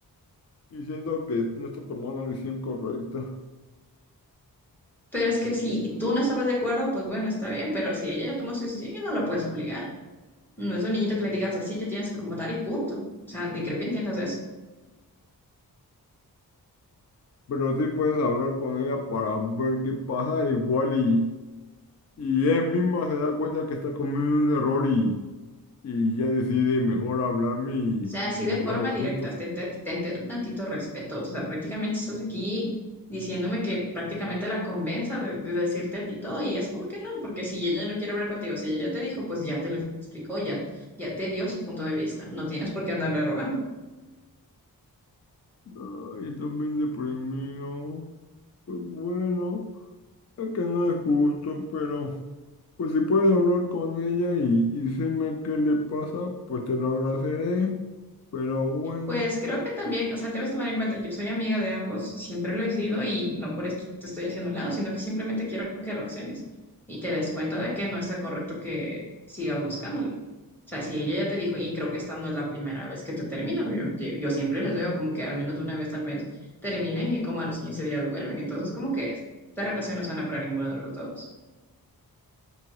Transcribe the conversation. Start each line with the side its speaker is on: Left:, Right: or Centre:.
Left: y siento que no está tomando la decisión correcta.
Centre: Pero es que si tú no estabas de acuerdo, pues bueno, está bien, pero si ella ya tomó su decisión, ya no la puedes obligar. No es un niñito que le digas así, te tienes que comportar y punto. O sea, y creo que entiendas eso.
Left: pero sí puedes hablar con ella para ver qué pasa, igual y, y ella misma se da cuenta que está cometiendo un error y, y ya decide mejor hablarme y,
Centre: sea,
Left: y
Centre: así
Left: que
Centre: de
Left: sigamos
Centre: forma directa,
Left: juntos.
Centre: tente, tente tu tantito respeto. O sea, prácticamente estás aquí diciéndome que prácticamente la convenza de, de decirte a ti todo y es como que no, porque si ella no quiere hablar contigo, si ella ya te dijo, pues ya te lo explicó, ya, ya te dio su punto de vista. No tienes por qué andarle rogando.
Left: Ay, también deprimido, pues bueno, es que no es justo, pero pues si puedes hablar con ella y, y decirme qué le pasa, pues te lo agradeceré, pero bueno,
Centre: Pues creo que también, o sea, debes tomar en cuenta, yo soy amiga de ambos, siempre lo he sido y no por esto te estoy haciendo a un lado, sino que simplemente quiero que reacciones y te des cuenta de que no está correcto que sigas buscándole. O sea, si ella ya te dijo, y creo que esta no es la primera vez que te termina, yo, yo- yo siempre les veo como que al menos una vez al mes terminen y como a los 15 días vuelven, entonces como que esta relación no es sana para ninguno de los dos.